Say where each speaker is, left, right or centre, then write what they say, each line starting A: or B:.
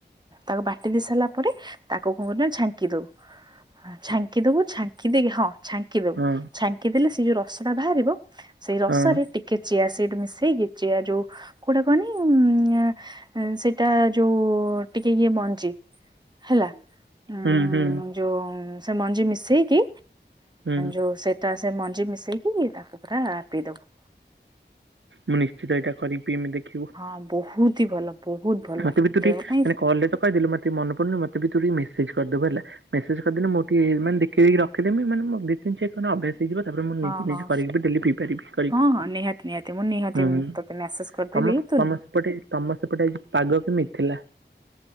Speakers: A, on the right (about 25°); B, on the right (about 85°).
A: ତାକୁ ବାଟି ଦେଇ ସାଇଲା ପରେ ତାକୁ କଁ କର ଆଁ ଛାଙ୍କି ଦବୁ। ହଁ ଛାଙ୍କି ଦବୁ ଛାଙ୍କି ଦେଇକି ହଁ ଛାଙ୍କି ଦବୁ,
B: ହଁ
A: ଛାଙ୍କି ଦେଲେ ସେ ଯୋଉ ରସଟା ଭାରିବ ସେଇ ରସରେ
B: ହଁ
A: ଟିକେ ଚିଆ ସିଡ୍ ମିଶେଇକି ଚିଆ ଯୋଉ କୋଉଟା କହ? ସେଇଟା ଯୋଉ ଟିକେ ଇଏ ମଞ୍ଜି। ହେଲା। ଉଁ
B: ହୁଁ ହୁଁ।
A: ଯୋଉ ସେ ମଞ୍ଜି ମିଶେଇକି
B: ହୁଁ
A: ଯୋଉ ସେ। ତା ସେ ମଞ୍ଜି ମିଶେଇକି ତାକୁ ପୁରା ପି ଦବୁ।
B: ମୁଁ ନିଶ୍ଚିତ ଏଇଟା କରିକି ପିଇମି ଦେଖିବୁ।
A: ହଁ, ବହୁତ୍ ହି ଭଲ। ବହୁତ ଭଲ
B: ମତେ ବି ତୁ
A: ଦେହ
B: ଟିକେ
A: ପାଇଁ
B: ମାନେ କଲରେ ତ କହିଲୁ ମୋର ମନେ ପଡୁନି ମତେ ବି ତୁ ଟିକେ ମେସେଜ୍ କରିଦବୁ ହେଲା। <unintelligible> ହେଇଯିବ ତାପରେ ମୁଁ
A: ହଁ
B: ନିଜେ ନିଜେ
A: ହଁ
B: କରିକି ଡେଲି ପି ପାରିବି କରିକି।
A: ହଁ ହଁ ନିହାତି ନିହାତି ମୁଁ ନିହାତି
B: ହୁଁ।
A: ତୋତେ ମେସେଜ କରିଦେବି
B: ତମ
A: ତୁ
B: ତମ ସେପଟେ ତମ ସେପଟେ ଆଜି ପାଗ କେମିତି ଥିଲା?